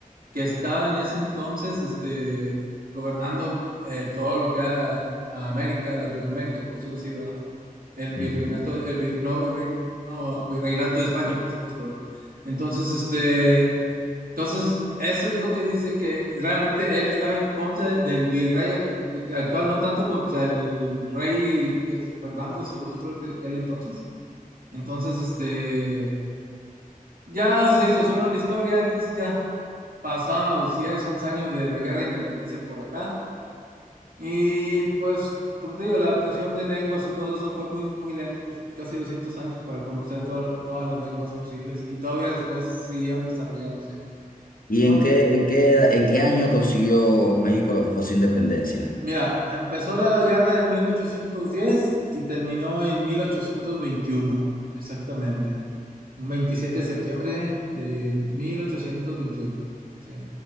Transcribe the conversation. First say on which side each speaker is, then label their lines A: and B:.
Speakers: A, on the right; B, on the left.
A: que estaba en ese entonces este, gobernando eh, todo lo que era a América, Latinoamérica, por decirlo así, ¿verdad? el virreinato,
B: Entiendo.
A: el vir- no, virrein- no, virreinato de España, por supuesto. Entonces, este, entonces, eso es lo que dice que realmente él estaba en contra del virrey act- actual, no tanto contra el rey que es Fernando II, creo que, que él entonces. Entonces, este, ya se distorsionó la historia, entonces ya pasaron los 10 11 años de la guerra de independencia por acá. Y pues, como te digo, la adaptación de lenguas y todo eso fue muy, muy lento, pues casi 200 años para conocer to- todas las lenguas posibles y todavía después siguieron desarrollándose.
B: ¿Y
A: ¿Qué más
B: en qué,
A: te-
B: en qué, en qué año consiguió México lo que fue su independencia?
A: Mira, empezó la guerra en 1810 y terminó en 1821 exactamente. Un 27 de septiembre de mil ochocientos veintiuno Sí.